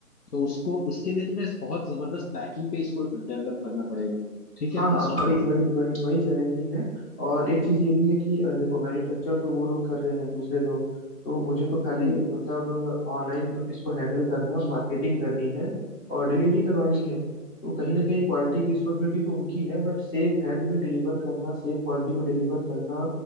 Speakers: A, on the left; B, on the left.
A: तो उसको उसके लिए तुम्हें बहुत जबरदस्त पैकिंग पे इसको डेवलप करना पड़ेगा ठीक
B: हाँ
A: है
B: हाँ
A: फर्स्ट ऑफ
B: वही
A: ऑल
B: वही वही वही चैलेंजिंग है और एक चीज ये भी है कि अ, देखो मैन्युफैक्चर तो वो लोग कर रहे हैं दूसरे लोग तो मुझे तो खाली
A: हम्म
B: मतलब ऑनलाइन इसको हैंडल करना और मार्केटिंग करनी है और डिलीवरी करवानी है तो कहीं ना कहीं क्वालिटी की रिस्पॉन्सिबिलिटी तो उनकी है बट सेफ हैंड में डिलीवर करना सेफ क्वालिटी में डिलीवर करना